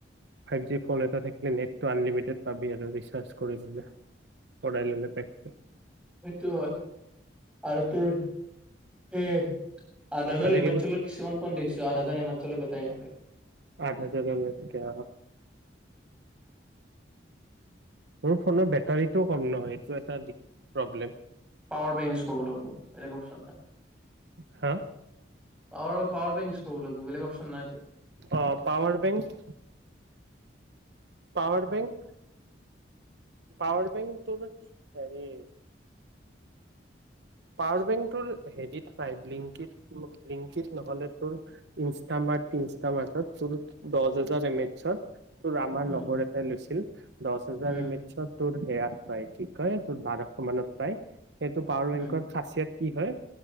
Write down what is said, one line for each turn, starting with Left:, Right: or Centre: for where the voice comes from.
Right: ফাইভ জি ফোন এটা থাকিলে নেটটো আনলিমিটেড পাবি আৰু ৰিচাৰ্জ কৰি ললে। ভৰাই ললে পেকটো
Centre: সেইটো হয়, আৰু তোৰ সেই
Right: আজিকালি
Centre: কিছুমান ফোন একশ আঠ হাজাৰ <unintelligible> চলে বেটাই থাকে
Right: আঠ হাজাৰে আহ মোৰ ফোনৰ বেটাৰীটোও কম নহয় এইটো এটা the problem
Centre: power bank use কৰিব লাগিব <unintelligible>
Right: হা
Centre: পাৱাৰৰ পাৱাৰ বেংক ইউজ কৰিব লাগিব বেলেগ অপচন নাইতো
Right: অ' power bank power bank power bank তোৰ ন হেৰি পাৱাৰ বেংটোৰ হেৰিত পায় বিংকিত ৰিংকিত নহ'লে তোৰ ইষ্টামাৰ ফিষ্টামাৰত তোৰ দু হেজাৰ এম এইচত তোৰ আমাৰ
Centre: উম
Right: লগৰ এটাই লৈছিল। দহ হাজাৰ
Centre: উম
Right: এমিতি চ তোৰোৰ সয়া তায় কি কয় তোৰ বাৰশ মানত পায়। সেইটো পাৱাৰ
Centre: উম
Right: বেংকৰ খাচিয়াত কি হয়